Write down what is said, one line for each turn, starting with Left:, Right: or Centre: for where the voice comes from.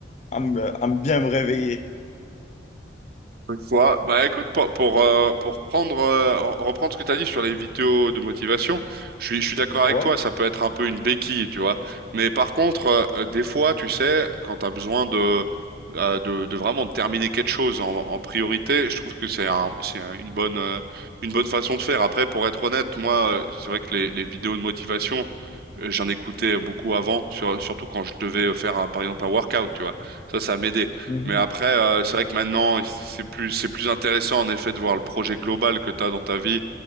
Left: à me- à me bien me réveiller.
Right: Je vois. Bah écoute, pour, pour, euh, pour prendre, euh, reprendre ce que tu as dit sur les vidéos de motivation, je suis, je suis d'accord
Left: Ouais.
Right: avec toi, ça peut être un peu une béquille, tu vois. Mais par contre, euh, euh, des fois, tu sais, quand tu as besoin de, euh, de, de vraiment de terminer quelque chose en, en priorité, je trouve que c'est un, c'est un- une bonne, euh, une bonne façon de faire. Après, pour être honnête, moi, euh, c'est vrai que les, les vidéos de motivation, euh, j'en écoutais beaucoup avant, sur- surtout quand je devais faire, un- par exemple, un workout, tu vois. Ça, ça m'aidait.
Left: Mhm.
Right: Mais après, euh, c'est vrai que maintenant, c'est plus, c'est plus intéressant en effet de voir le projet global que tu as dans ta vie